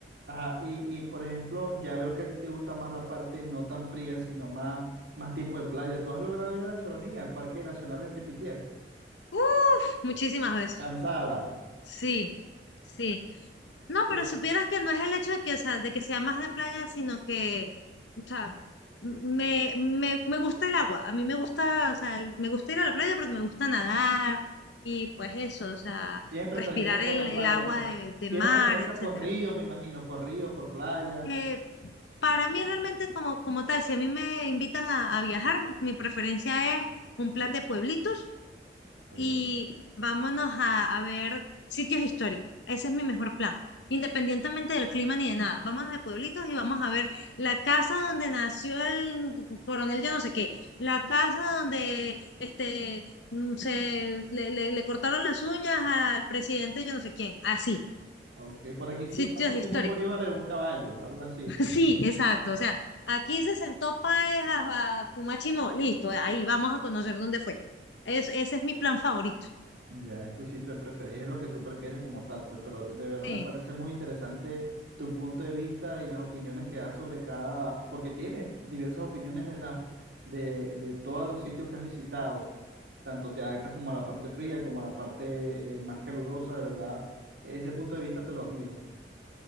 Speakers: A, on the right; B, on the left.
A: Ajá, y, y, por ejemplo, ya veo que a ti te gusta más la parte no tan fría, sino más, más tipo de playa. ¿Tú has logrado ir a la Choronía, al Parque Nacional El Ripitier?
B: Uf, muchísimas veces.
A: Cansada.
B: Sí, sí. No,
A: Es,
B: pero supieras que no es el hecho de que, o sea, de que sea más de playa, sino que, o sea, me, me, me gusta el agua. A mí me gusta, o sea, el- me gusta ir a la playa porque me gusta nadar y pues eso, o sea,
A: ¿tienes preferencia
B: respirar
A: por
B: el,
A: la
B: el
A: playa?
B: agua
A: Por,
B: de, de
A: ¿tienes
B: mar,
A: preferencia
B: etcétera.
A: por río, me imagino? ¿Por río, por playa?
B: Eh, para mí realmente como, como tal, si a mí me invitan a, a viajar, mi preferencia es un plan de pueblitos
A: Ok.
B: y vámonos a, a ver sitios históricos. Ese es mi mejor plan. Independientemente del clima ni de nada. Vámonos de pueblitos y vamos a ver la casa donde nació el coronel yo no sé qué, la casa donde este mm, se le, le- le cortaron las uñas al presidente yo no sé quién. Así,
A: Ok, por aquí sí
B: sitios
A: pasó
B: históricos.
A: Simón Bolívar
B: <laughs>
A: en un caballo, algo así.
B: Sí, exacto. O sea, aquí se sentó Páez a, a fumar chimó. Listo, ahí vamos a conocer dónde fue. Es, ese es mi plan favorito.
A: Ya, es tu sitio de preferencia, es lo que tú prefieres como tal, pues, pero de verdad
B: Sí.
A: me parece muy interesante tu punto de vista y las opiniones que das sobre cada, porque tienes diversas opiniones de las, de, de todos los sitios que has visitado, tanto te adaptas como a la parte fría, como a la parte eh, más calurosa, de verdad, ese punto de vista te lo admiro.